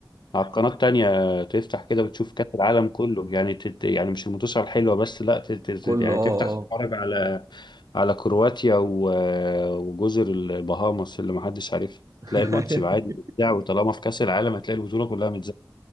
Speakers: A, on the left; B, on the right.
A: على القناة التانية تفتح كده وتشوف كأس العالم كله يعني تت... يعني مش المنتصف الحلوة بس لا تت... تت-
B: كله
A: يعني
B: اه
A: تفتح
B: اه
A: تتفرج على على كرواتيا و... وجزر البهاماس اللي محدش عارفها
B: <laughs>
A: تلاقي الماتش يبقى عادي متذاع وطالما في كأس العالم هتلاقي البطولة كلها متذاعة